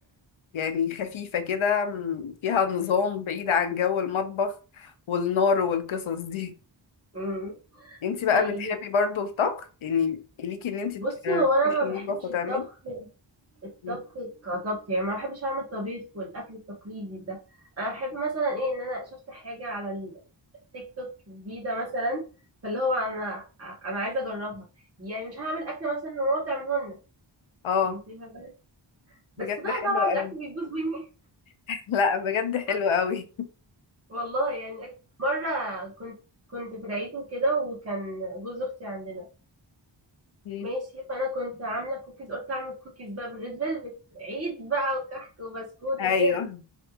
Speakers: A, on the left; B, on the right.
A: يعني خفيفة كده م- فيها نظام بعيد عن جو المطبخ والنار والقصص دي
B: مم.
A: انتي بقى
B: طيب
A: بتحبي برضو الطبخ يعني ليكي ان انتي
B: بصي
A: ت-
B: هو انا
A: تخشي المطبخ
B: ما بحبش
A: وتعملي
B: الطبخ الطبخ
A: <laughs>
B: كطبخ يعني ما بحبش اعمل طبيخ والاكل التقليدي ده انا بحب مثلا ايه ان انا شفت حاجه على التيك توك جديده مثلا فاللي هو انا انا عايزه اجربها يعني مش هعمل اكل مثلا ماما بتعمله لنا
A: اه
B: انت فاهمه بس
A: بجد
B: بقى
A: حلو
B: طبعا الاكل
A: قوي
B: بيبوظ مني
A: <laughs> لا بجد حلو
B: <laughs>
A: قوي
B: والله يعني أك- مره كنت كنت في العيد وكده وكان جوز اختي عندنا
A: مم.
B: ماشي فانا كنت عامله كوكيز قلت اعمل كوكيز بقى بالريد فيلفت عيد بقى وكحك وبسكوت
A: ايوه
B: وكده